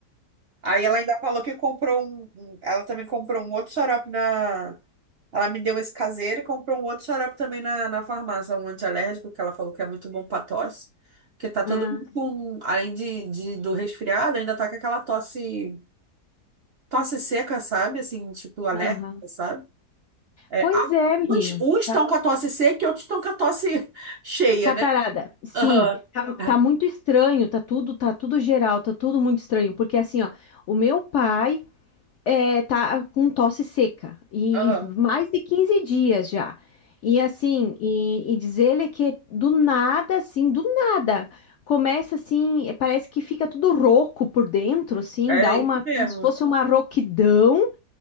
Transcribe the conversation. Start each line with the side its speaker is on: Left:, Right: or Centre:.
Right: Aí ela ainda falou que comprou um, um- ela também comprou um outro xarope na, ela me deu esse caseiro e comprou um outro xarope também na, na farmácia, um alérgico que ela falou que é muito bom para tosse, porque tá todo
Left: Ah,
Right: mundo com, além de, de- do resfriado, ainda tá com aquela tosse, tosse seca, sabe? Assim, tipo, alérgica,
Left: aham.
Right: sabe? É,
Left: Pois
Right: alguns,
Left: é, menina.
Right: uns
Left: Tá-
Right: estão com a tosse seca e outros estão com a tosse <laughs> cheia,
Left: Catarada,
Right: né?
Left: sim,
Right: Aham.
Left: tá, tá
Right: É,
Left: muito estranho, tá tudo, tá tudo geral, tá tudo muito estranho, porque assim, ó, o meu pai, é, tá com tosse seca e
Right: Aham.
Left: mais de 15 dias já. E assim, e, e diz ele que do nada, assim, do nada, começa assim, é, parece que fica tudo rouco por dentro, assim,
Right: É,
Left: dá uma,
Right: é isso mesmo.
Left: como se fosse uma rouquidão